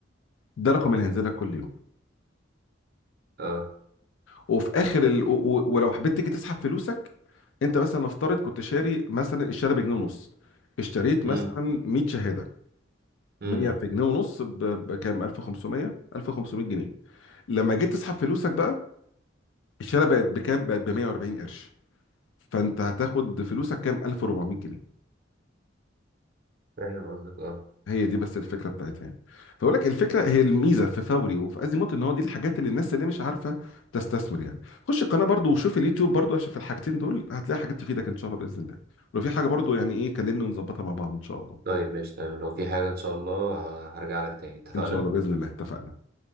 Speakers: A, on the left; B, on the right.
A: ده رقم اللي هينزل لك كل يوم
B: اه
A: وفي اخر ال... و... و... ولو حبيت تيجي تسحب فلوسك انت مثلا نفترض كنت شاري مثلا الشهاده بجنيه ونص اشتريت
B: امم
A: مثلا 100 شهاده
B: امم
A: 100 في جنيه ونص ب... بكام 1500 1500 جنيه لما جيت تسحب فلوسك بقى الشهاده بقت بكام بقت ب 140 قرش فانت هتاخد فلوسك كام 1400 جنيه
B: فاهم قصدك اه
A: هي دي بس الفكره بتاعتها يعني فبقول لك الفكره هي الميزه في فوري وفي ازيموت ان هو دي الحاجات اللي الناس اللي مش عارفه تستثمر يعني خش القناه برضو وشوف اليوتيوب برضو عشان في الحاجتين دول هتلاقي حاجات تفيدك ان شاء الله باذن الله ولو في حاجه برضو يعني ايه كلمني ونظبطها مع بعض ان شاء الله
B: طيب ماشي تمام لو في حاجة ان شاء الله ه- هرجع لك تاني اتفقنا؟
A: ان شاء الله باذن الله اتفقنا